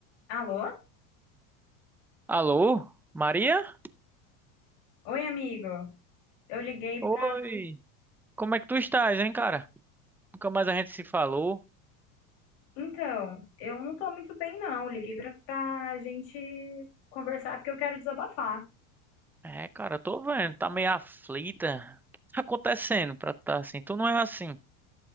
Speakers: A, on the left (about 60°); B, in the centre.
A: Alô?
B: Alô, Maria?
A: Oi, amigo. Eu liguei
B: Oi,
A: pra.
B: como é que tu estás, hein, cara? Nunca mais a gente se falou.
A: Então, eu não tô muito bem, não. Eu Liguei pra, pra gente conversar porque eu quero desabafar.
B: É, cara, eu tô vendo, tá meio aflita. O que tá acontecendo pra tu tá assim? Tu não é assim.